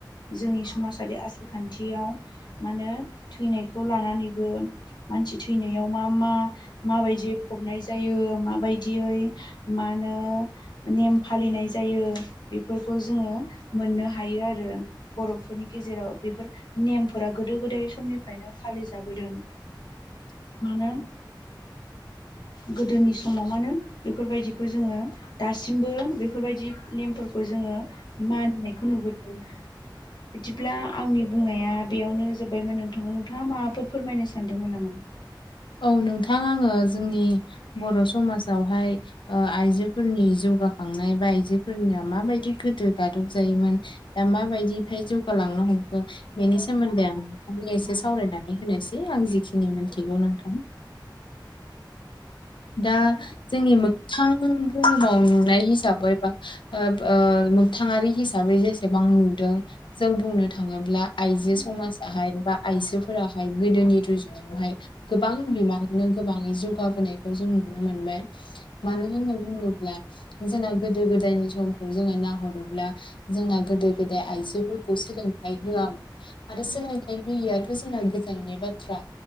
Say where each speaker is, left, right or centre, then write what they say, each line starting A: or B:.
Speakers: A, on the left; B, on the left.
A: जोंनि समाजारि आसारखा न्थियाव मा होनो थैनायखौ लानानैबो मानसि थैनायाव मा मा माबायदियै फबनाय जायो माबायदियै मा होनो नेम फालिनाय जायो बेफोरखौ जोङो मोननो हायो आरो। यो बर'फोरनि गेजेराव बेफोर नेमफोरा गोदो गोदाय समनिफ्रायनो फालिजाबोदों।
B: <inaudible>
A: मानो गोदोनि समाव मानो बेफोरबायदि खौ जोङो दासिमबो बेफोरबायदि नेमफोरखौ जोङो मानिनायखौ नुबोदों <unintelligible> बिदिब्ला आंनि बुंनाया बेयावनो जोब्बायमोन नोंथाङा नोंथाङा माबाफोर फोरमायनो सानदोंमोन नामा
B: औ नोंथां आङो जोंनि बर' समाजावहाय ओ आइजोफोरनि जौगाखांनाय बा आइजोफोरनि मा बायदि गोदो गादब जायोमोन दा मा बायदि जौगा लांनो हमखो बेनि सोमोन्दै आं नोंथांनि एसे सावरायनानै होनोसै आं जिखिनि मोन मोनथिगौ नोंथां‌ दा जोंनि मोगथां बुहुमाव नुनाय हिसाबै बा ओ बो मोगथाङारि हिसाबै जेसेबां नुदों जों बुंनो थाङोब्ला आइजो समाजाहाय बा आइजोफोराहाय गोदोनि रुजुनायावहाय गोबां बिबाङैनो गोबाङै जौगाबोनायखौ जों नुनो मोनबाय मानो होनना बुङोब्ला जोंना गोदो गोदायनि समखौ जोङो नाहरोब्ला जोंना गोदो गोदाय आइजो सोलोंथाइ होआ आरो सोलोंथाइ होयियाथ' जोंना गोजाननि बाथ्रा